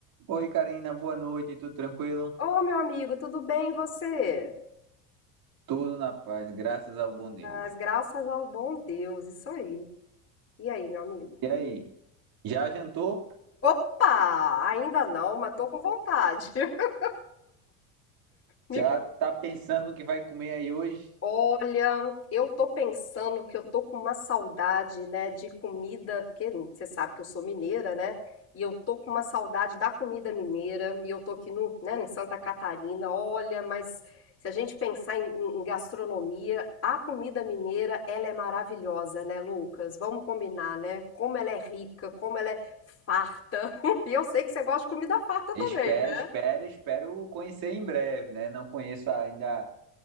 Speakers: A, on the right; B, on the left.
A: Oi, Karina, boa noite, tudo tranquilo?
B: Ô, meu amigo, tudo bem e você?
A: Tudo na paz, graças ao bom Deus.
B: As graças ao bom Deus, isso aí. E aí, meu amigo?
A: E aí, já jantou?
B: Opa! Ainda não, mas tô com vontade. <laughs> Me
A: Já tá pensando no que vai comer aí hoje?
B: Olha, eu tô pensando que eu tô com uma saudade, né, de comida, porque você sabe que eu sou mineira, né? E eu tô com uma saudade da comida mineira, e eu tô aqui no, né, em Santa Catarina. Olha, mas se a gente pensar em, em- em gastronomia, a comida mineira, ela é maravilhosa, né, Lucas? Vamos combinar, né? Como ela é rica, como ela é farta. <laughs> E eu sei que você gosta de comida farta
A: Espero,
B: também, né?
A: espero, espero conhecer em breve, né? Não conheço ainda